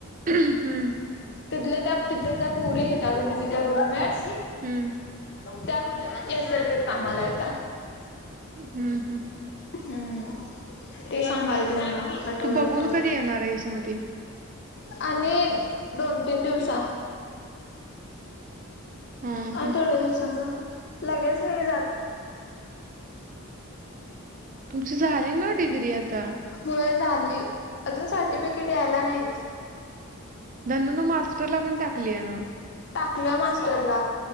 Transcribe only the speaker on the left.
तिथ त्या तिथ त्या पुरी येतात तु तिच्या रूममेटस.
त्याल का कामाला येत.
हम्म ते सांगालते मला आठवलं
आठवलं.
आणि दोन तीन दिवसात.
आणि
थोड्या दिवसांन. लगेच नाही जात.
होय झाली अजून सर्टिफिकेट यायला नाही.
टाकल्या मास्टरला.